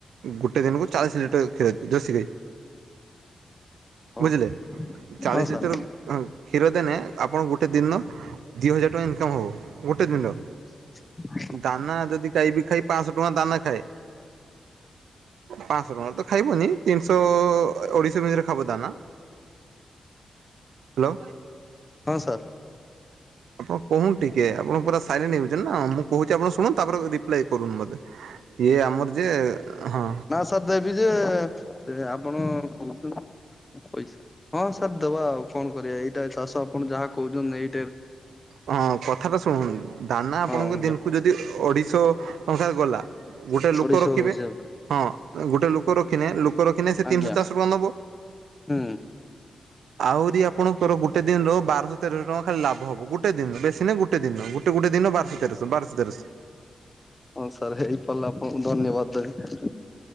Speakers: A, on the right; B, on the left.
A: ଗୋଟେ ଦିନକୁ ଚାଳିଶ ଲିଟର କ୍ଷୀର ଦେବେ ଜଷୀ ଗାଈ।
B: ହଉ
A: ବୁଝିଲେ? ଚାଳିଶ
B: ହଁ ସାର୍
A: ଲିଟର କ୍ଷୀର ଦେଲେ ଆପଣ ଗୋଟେ ଦିନ ଦି ହଜାର ଟଙ୍କା ଇନ୍ କମ୍ ହବ ଗୋଟେ ଦିନ।
B: ହ
A: ଦାନା ଯଦି ଖାଇବି ଖାଇ ପାଞ୍ଚଶହ ଟଙ୍କା ଦାନା ଖାଏ। ପାଞ୍ଚଶହ ଟଙ୍କାର ତ ଖାଇବନି ତିନିଶହ ଅଢ଼େଇଶ ଭିତରେ ଖାଇବ ଦାନା। <inaudible> ହ୍ୟାଲୋ
B: ହଁ ସାର୍।
A: ଆପଣ କହୁନୁ ଟିକେ ଆପଣଙ୍କୁ ପୁରା ସାଇଲେଣ୍ଟ ହେଇଯାଛନ୍ତି ନା ମୁଁ କହୁଛି ଆପଣ ଶୁଣୁ ତାପରେ ରିପ୍ଲାଏ କରୁନୁ ମୋତେ ଇଏ ଆମର ଯେ ହଁ।
B: ତ ଦେବି ଯେ ଆପଣ କହୁଛନ୍ତି। ପଇସା ହଁ ସାର୍ ଦେବା ଆଉ କଣ କରିବା ଏଇଟା ଚାଷ ଆପଣ ଯାହା କହୁଛନ୍ତି ଏଇ
A: ହଁ କଥାଟା ଶୁଣ ଦାନା ଆପଣଙ୍କ
B: ହଁ ଆଜ୍ଞା
A: ଦିନକୁ ଯଦି ଅଢ଼େଇଶ ଟଙ୍କା ଗଲା ଗୋଟେ ଲୋକ
B: ଅଢେଇଶ
A: ରଖିବେ
B: ହିସାବ
A: ହଁ ଗୋଟେ ଲୋ ଲୋକରଖିଲେ ଲୋକରଖିନେ ସେ
B: ଆଜ୍ଞା
A: ତିନିଶହ ଚାରଶ ଟଙ୍କା ନବ।
B: ହୁଁ।
A: ଆହୁରି ଆପଣଙ୍କର ଗୋଟେ ଦିନର ବାରଶହ ତେରଶହ ଟଙ୍କା ଖାଲି ଲାଭ ହବ ଗୋଟେ ଦିନରେ ବେଶୀ ନାହିଁ ଗୋ ଗୋଟ ଦିନ ଗୋଟେ ଗୋଟେ ଦିନ ବାରଷ ତେରଷ ବାରଷ ତେରଷ।
B: ହଁ ସାର୍ ହେଇପାରିଲେ ଆପଣଙ୍କୁ ଧନ୍ୟବାଦ ଦେବି।